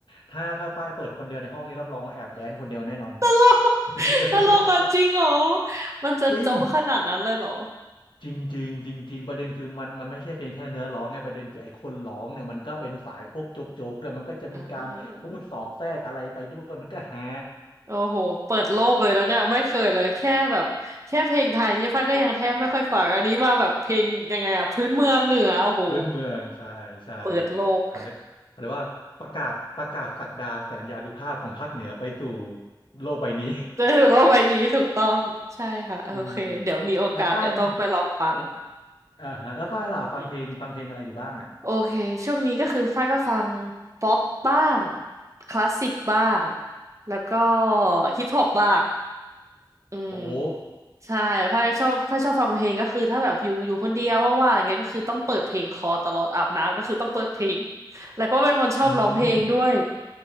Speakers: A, on the left; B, on the right.
A: ถ้าถ้าฝ้ายเปิดคนเดียวในห้องนี้รับรองว่าแอบแดนคนเดียวแน่นอน
B: ตลก <laughs>
A: <laughs>
B: ตลกอ่ะจริงเหรอมันจะโจ๊ะขนาดนั้นเลยเหรอ
A: จริงจริงจริงจริงจริงประเด็นคือมันมันไม่ใช่เพียงแค่เนื้อร้องไงประเด็นคือไอ้คนร้องเนี่ยมันก็เป็นสายพวกโจ๊กโจ๊กเลยมันก็จะมีการพูดสอดแทรกอะไรไปด้วยมันก็ฮา
B: เออโอ้โหเปิดโลกเลยแล้วเนี่ยไม่เคยเลยแค่แบบแค่เพลงไทยนี่ฟ้าก็ยังแทบไม่ค่อยฟังอันนี้มาแบบเพลงยังไงอะพื้นเมืองเหนือโอ้โห
A: พื้นเมืองใช่ใช่
B: เปิดโลก
A: เขาเรียกเขาเรียกว่าประกาศประกาศศักดาแสนยานุภาพของภาคเหนือไปสู่โลกใบนี้
B: ได้สูโลกใบนี้ถูกต้องใช่ค่ะโอเคเดี๋ยวมีโอกาสเดี๋ยวต้องไปลองฟัง
A: อืมแล้วฝ้ายอ่าฮะแล้วฝ้ายล่ะฟังเพลงฟังเพลงอะไรอยู่บ้างอ่ะ
B: อืมโอเคช่วงนี้ก็คือฟ้ายก็ฟังป๊อปบ้างคลาสสิกบ้างแล้วก็ฮิปฮอปบ้าง อืม
A: โอ้โห
B: ใช่พ้าชอบพ้าชอบฟังเพลงก็คือถ้าแบบอยู่อยู่คนเดียวว่างๆอะไรเงี้ยก็คือต้องเปิดเพลงคอตลอดอาบน้ำก็คือต้องเปิดเพลงแล้วก็เป็นคนชอบร้องเพลงด้วย
A: อืม